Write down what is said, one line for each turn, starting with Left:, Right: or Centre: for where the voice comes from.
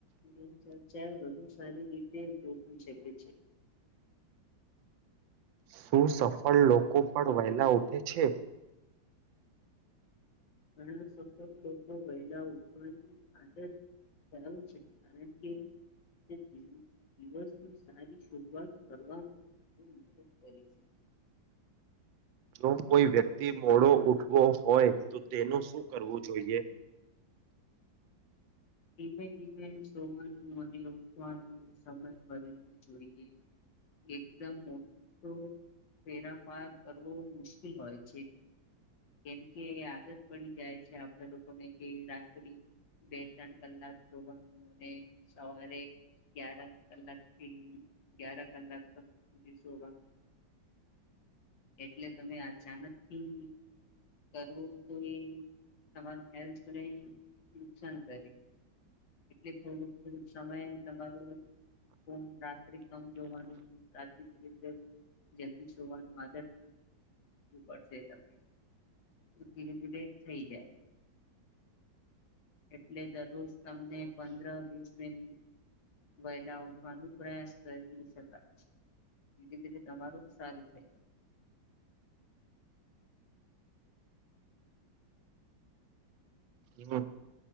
Left: જ જ ચ વધુ સારી રીતે જોખી શકે છે
Right: શું સફળ લોકો પણ વહેલા ઉઠે છે
Left: ઘણા સફળ લોકો વહેલા ઉઠવાની આદત ધરાવે છે કારણ કે દિવસની સારી શરૂઆત કરવાવામાં મદદ કરે છે
Right: જો કોઈ વ્યક્તિ મોડો ઉઠવો હોય તો તેનું શું કરવું જોઈએ
Left: ધીમે ધીમે સોવાનું અને ઉઠવાનું સમય બદલવું જોઈએ એકદમ મોટો ફેરાફાર કરવો મુશ્કેલ હોય છે કેમકે આદત પડી જાય છે આપણે લોકોને કે રાત્રિ બે ત્રણ કલાક જોવાનું અને સવારે ગ્યાર કલાક થી ગ્યાર કલાક સુધી જોવાનું એટલે તમે અચાનકથી કરવો તો એ તમાર હેલ્થને નુકસાન કરે એટલે થોડુંક થોડક સમય તમારો હોમ રાત્રે કમ જોવાનું રાત્ર ધરે ધીરે જલ્દી જોવાનું આગળ ું પડશે તમને ધીરે ધીરે થઈ જાય એટલે દરરોજ તમને પંદર વીસ મિનિટ વયદા ઉઠવાનો પ્રયાસ કરી શકાય છે ધીરે ધીરે તમારું સારું થઈ ગય
Right: હમ